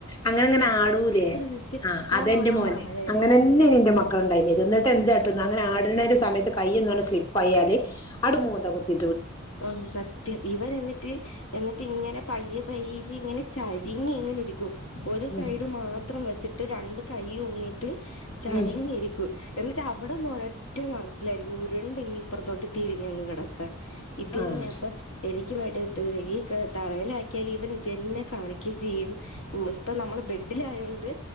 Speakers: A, on the left; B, on the left.
A: അങ്ങനെങ്ങനെ ആടും ആ.
B: നിക്ക്
A: ആ അതെന്റെ
B: ആ
A: മോന്
B: അതെ
A: അങ്ങനെ തന്നെയ്ന്ന് എന്റെ മക്കളുണ്ടായിത് എന്നിട്ട് എന്താട്ടുംന്ന
B: ആ
A: അങ്ങന ആടുന്നതിന്റെ സമയത്ത്. കയൊന്നാണ്ട് സ്ലിപ്പ് ആയാല് ആണ്ട് മൂന്ത കുത്തി.
B: ആ സത്യം ഇവർ എന്നിട്ട്. എന്നിട്ട് ഇങ്ങനെ പയ്യ പയ്യ ഇങ്ങനെ ചരിങ്ങി ഇങ്ങനെ ഇരിക്കും. ഒരു
A: ഉം
B: സൈഡ് മാത്രം വെച്ചിട്ട് രണ്ട് കൈ ഊന്നിട്ട് ചരിങ്ങി
A: ഉം
B: ഇരിക്കൂ എന്ന റ്റ അവിടന്ന് ഒരൊറ്റ മറിച്ചിലായിരിക്കും ഉരുണ്ടിങ്ങ് ഇപ്പുറത്തോട്ട് തിരിഞ്ഞങ്ങ് കിടക്കാൻ ഇത് തന്നെയാ
A: ആഹ്
B: അപ്പൊ എനി ക്ക് <unintelligible> ഈ തറയിലാക്കിയാൽ ഇവൻ ഇത് തന്നെ കാണിക്കുകയും ചെയ്യും നമ്മളിപ്പൊ നമ്മൾ ബെ ബെഡിലായോണ്ട്